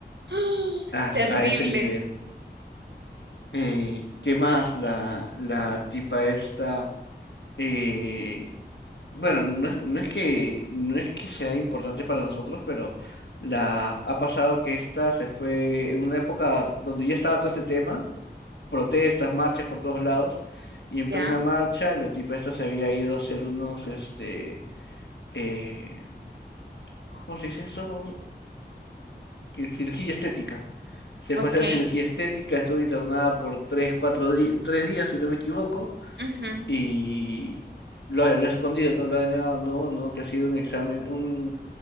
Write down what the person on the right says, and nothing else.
<gasps>
Terrible.
Ya,
ok,
ujú,